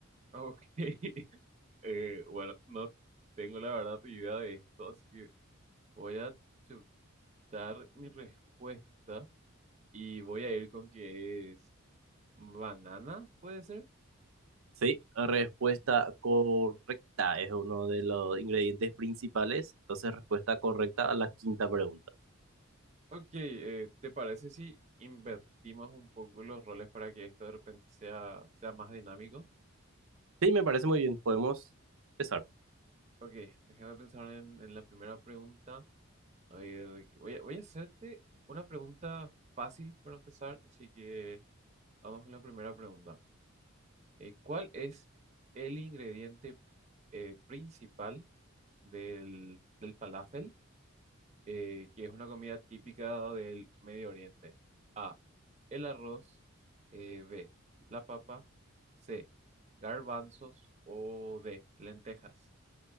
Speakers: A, on the right (about 30°); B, on the right (about 70°).
A: ok. <laughs> Eh, bueno, no tengo la verdad idea de esto, así que voy a chutar mi respuesta y voy a ir con que es banana, ¿puede ser?
B: Sí, respuesta correcta es uno de los ingredientes principales. Entonces, respuesta correcta a la quinta pregunta.
A: Ok, eh, ¿te parece si invertimos un poco los roles para que esto de repente sea, sea más dinámico?
B: Sí, me parece muy bien. Podemos empezar.
A: Ok, déjame pensar en en la primera pregunta. Oye, Ricky, voy a, voy a hacerte una pregunta fácil para empezar, así que vamos con la primera pregunta. Eh, ¿cuál es el ingrediente eh, principal del, del falafel, eh, que es una comida típica del Medio Oriente? A, el arroz, eh, B, la papa, C, garbanzos o D, lentejas.